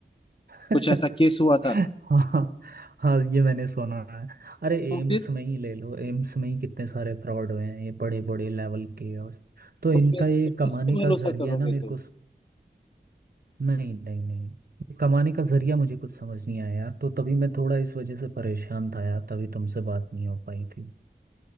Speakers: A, on the right; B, on the left.
A: <laughs>
B: कुछ ऐसा केस हुआ था
A: हाँ हाँ ये मैंने सुना है अरे
B: तो
A: एम्स
B: फिर
A: में ही ले लो एम्स में ही कितने सारे फ्रॉड हुए हैं ये बड़े बड़े लेवल के और तो
B: तो
A: इनका
B: फिर तो
A: ये कमाने
B: किस पे
A: का
B: भरोसा
A: जरिया
B: करोगे
A: ना मेरे
B: तुम
A: को स- नहीं नहीं नहीं ये कमाने का जरिया मुझे कुछ समझ नहीं आया यार तो तभी मैं थोड़ा इस वजह से परेशान था यार तभी तुमसे बात नहीं हो पाई थी